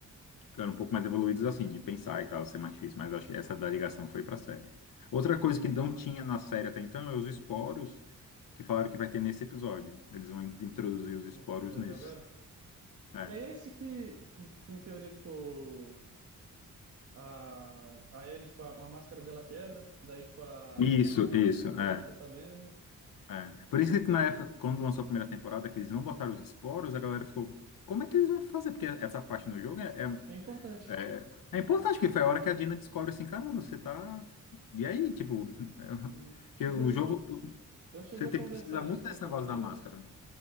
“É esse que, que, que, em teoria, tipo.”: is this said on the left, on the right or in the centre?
Right